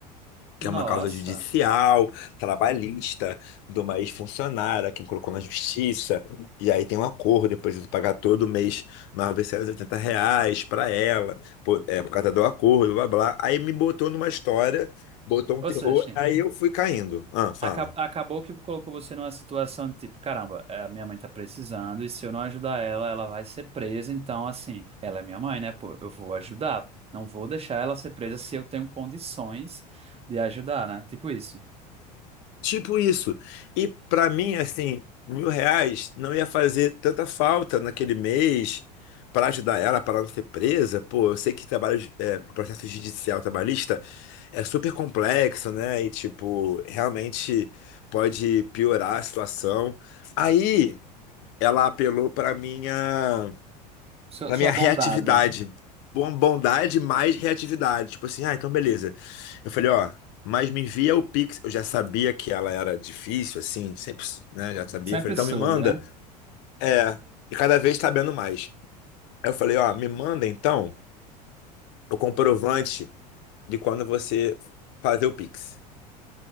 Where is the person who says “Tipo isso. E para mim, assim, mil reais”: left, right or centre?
Left